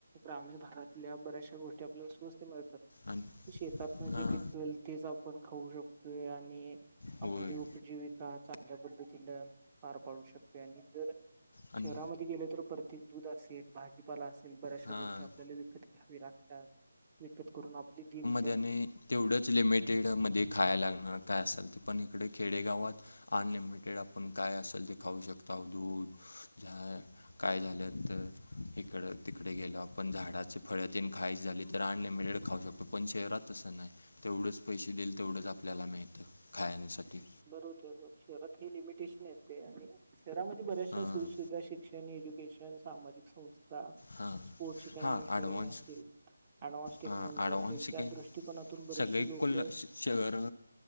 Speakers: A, on the right; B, on the left.
A: ग्रामीण भागातल्या बऱ्याचशा गोष्टी आपल्याला स्वस्त मिळतात.
B: आणि
A: शेतातन
B: हां
A: जे पिकले तेच आपण खाऊ शकतो आणि
B: होय
A: आपली उपजीवी चांगल्या पद्धतीन पार पाडू शकते आणि जर
B: आणि
A: शहरामध्ये गेलं तर परत दूध असेल, भाजीपाला असेल बऱ्याचशा
B: हां
A: गोष्टी आपल्याला विकत घ्यावी लागतात. विकत करून आपली ती बी
B: त्याने तेवढंच लिमिटेडमध्ये खायला लागणारं काय असाल ते पण इकडे खेडेगावात अनलिमिटेड आपण काय असेल ते खाऊ शकता दूध, चहा काय झालं तर इकड.. तिकड गेल्यावर आपण झाडाची फळ तन खाईच झाली तर आण ळेल खाऊ शकतो पण शहरात तसं नाही तेवढंच पैसे देईल तेवढंच आपल्याला मिळत. खाण्यासाठी
A: बरोबर आहे शहरात हे लिमिटेशन येते आणि शहरामध्ये बऱ्याचशा
B: हां
A: सोयी- सुविधा शिक. शिक्षण, एज्युकेशन, सामाजिक संस्था,
B: हां
A: स्पोर्ट्स शिका
B: हां
A: अकॅडमी
B: ॲडव्हान्स
A: असतील. ऍडव्हान्स टेक्नॉलॉजी
B: हां ॲडव्हान्सची
A: असेल त्या
B: काही
A: दृष्टकोनातून बरेचशी
B: सगळे
A: लोक
B: कोल्हा श शहर